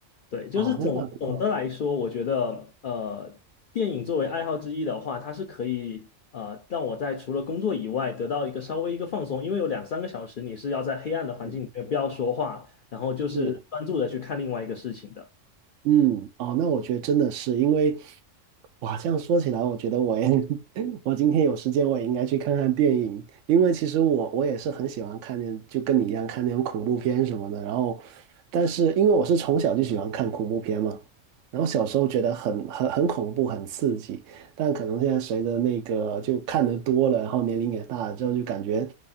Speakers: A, on the left; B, on the right.
A: 对，就是总总的来说，
B: 哦，那这样挺好。
A: 我觉得呃电影作为爱好之一的话，它是可以呃让我在除了工作以外得到一个稍微一个放松，因为有两三个小时你是要在黑暗的环境里面不要说话，
B: 嗯，
A: 然后就是专注的去看另外一个事情的。
B: 是。嗯，哦，那我觉得真的是因为，哇，这样说起来，我觉得我也，<laughs> 我今天有时间，我也应该去看看电影，因为其实我我也是很喜欢看那，就跟你一样看那种恐怖片什么的。然后，但是因为我是从小就喜欢看恐怖片嘛，然后小时候觉得很很很恐怖，很刺激，但可能现在随着那个就看得多了，然后年龄也大了之后，就感觉，